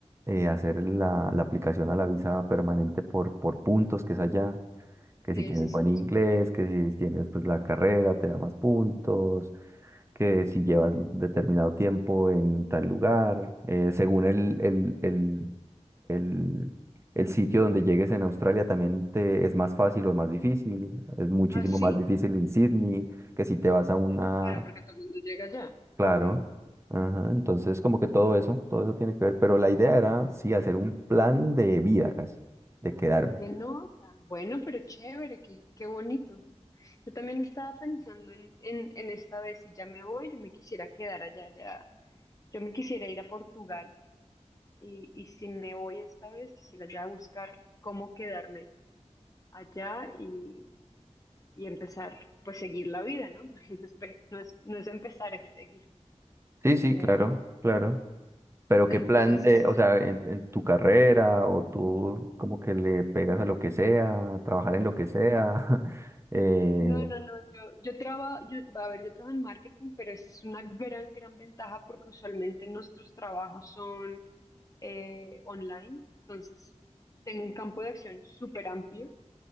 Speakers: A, on the right (about 25°); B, on the left (about 30°).
A: eh, hacer la, la aplicación a la visa permanente por, por puntos, que es allá que
B: Sí,
A: si tienes
B: sí, sí.
A: buen inglés, que si tienes pues la carrera te da más puntos, que si llevas determinado tiempo en tal lugar, eh, según el, el, el, el, el sitio donde llegues en Australia también te es más fácil o más difícil, es muchísimo
B: ¿Ah, sí?
A: más difícil en Sydney que si te vas a una,
B: Claro, porque todo el mundo llega allá.
A: claro.
B: Obvio.
A: Ajá, entonces como que todo eso, todo eso tiene que ver, pero la idea era sí hacer un plan de vida casi, de quedarme.
B: Qué nota. Bueno, pero chévere, qué, qué bonito. Yo también estaba pensando en, en, en esta vez, si ya me voy, yo me quisiera quedar allá, ya. Yo me quisiera ir a Portugal y, y si me voy esta vez, quisiera ya buscar cómo quedarme allá y, y empezar, pues seguir la vida, ¿no? <laughs> Porque no es, pe- no es, no es empezar, es seguir.
A: Sí, sí,
B: Eh,
A: claro, claro. Pero
B: entonces,
A: qué plan de, o sea, en, en tu carrera o tú como que le pegas a lo que sea, a trabajar en lo que sea. <laughs> eh,
B: No, no, no, yo, yo trabajo, yo, a ver, yo trabajo en marketing, pero esa es una gran, gran ventaja porque usualmente nuestros trabajos son eh, online, entonces tengo un campo de acción súper amplio.